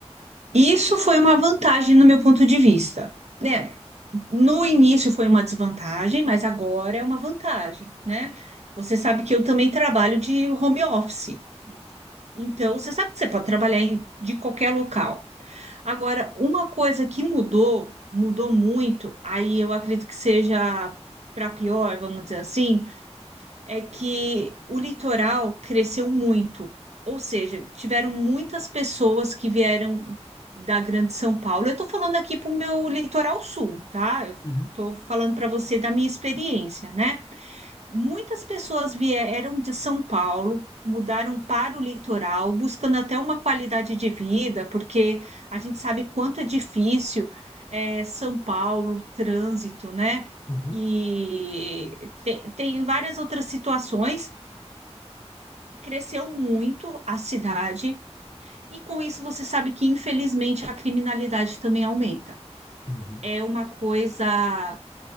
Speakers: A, on the right (about 75°); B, on the left (about 35°).
A: Isso foi uma vantagem no meu ponto de vista, né? No início foi uma desvantagem, mas agora é uma vantagem, né? Você sabe que eu também trabalho de home office. Então, você sabe que você pode trabalhar em- de qualquer local. Agora, uma coisa que mudou, mudou muito, aí eu acredito que seja para pior, vamos dizer assim, é que o litoral cresceu muito. Ou seja, tiveram muitas pessoas que vieram da Grande São Paulo. Eu estou falando aqui para o meu litoral sul, tá? Eu
B: Uhum,
A: estou falando para você da minha experiência, né? Muitas pessoas vieram de São Paulo, mudaram para o litoral, buscando até uma qualidade de vida, porque a gente sabe quanto é difícil é, São Paulo, trânsito, né?
B: uhum,
A: E te- tem, várias outras situações. Cresceu muito a cidade, e com isso você sabe que, infelizmente, a criminalidade também aumenta.
B: uhum.
A: É uma coisa